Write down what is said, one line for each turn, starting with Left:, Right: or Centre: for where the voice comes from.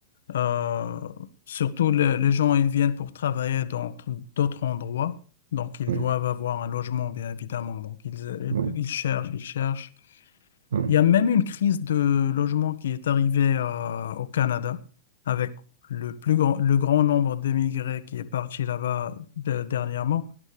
Left: Euh, surtout, le- les gens, ils viennent pour travailler dans t- d'autres endroits. Donc, ils
Right: oui,
Left: doivent avoir un logement, bien évidemment. Donc, ils, euh,
Right: oui.
Left: ils cherchent, ils cherchent.
Right: oui.
Left: Il y a même une crise de logement qui est arrivée euh, au Canada avec le plus grand, le grand nombre d'émigrés qui est parti là-bas de- dernièrement.